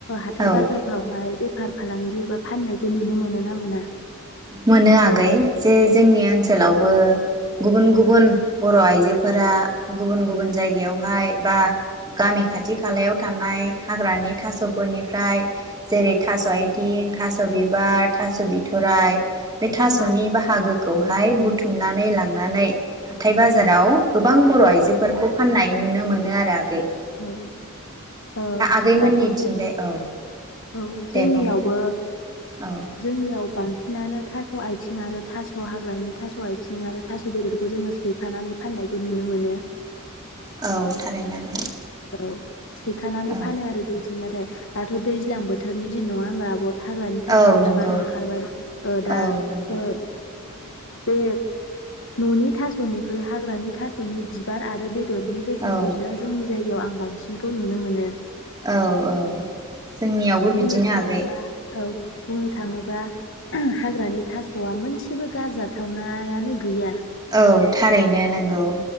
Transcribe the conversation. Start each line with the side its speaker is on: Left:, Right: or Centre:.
Left: हाथाय
Right: औ
Left: बाजारफोरावहाय बेफार फालांगि एबा फाननायखौ नुनो मोनो ना मोना?
Right: मोनो आगै जे जोंनि ओनसोलावबो गुबुन गुबुन बर' आइजोफोरा गुबुन गुबुन जायगायावहाय बा गामि खाथि खालायाव थानाय हाग्रानि थास'फोरनि फ्राय जेरै थास' आयथिं थास' बिबार थास' बिथ'राइ बे थास'नि
Left: औ
Right: बाहागोखौ हाय बुथुमनानै लांनानै हाथाय बाजाराव गोबां बर' आइजोफोरखौ फाननाय नुनो मोनो आरो आगै ।
Left: उम औ। ओ
Right: आगैमोननिथिंजाय
Left: दाथ दै
Right: औ
Left: औ जोंनियावबो
Right: दे बुं औ
Left: जोंनियाव बांसिनानो थास' आथिं आरो थास' हाग्रानि थास' आथिं आरो थास' बेदरखौ जोङो सैखानानै फाननायखौ नुनो मोनो ।
Right: औ थारैनो आगै
Left: औ । सैखानानै
Right: औ
Left: फानो आरो जोंथिं नाथाय दाथ' दै दैज्लां बोथोरनि दिन नङा होनबा आब' हाग्रानि थास'आ
Right: औ
Left: बिबार
Right: नंगौ
Left: ओंखारबाय ओ
Right: औ
Left: दा
Right: नंगौ
Left: ओ बे न'नि थास'निख्रुइ हाग्रानि थास'नि बिबार आरो बे बेदरनि बेसेनखौसो
Right: औ
Left: जोंनि जायगा याव आं बां सांसिनखौ नुनो मोनो
Right: औ औ जोंनियावबो
Left: बुंनो
Right: बिदिनो
Left: थाङोबा
Right: आगै
Left: औ बुंनो थाङोबा हाग्रानि थास'आ मोनसेबो गारजाथावनायानो गैया ।
Right: औ थारैनो नंगौ।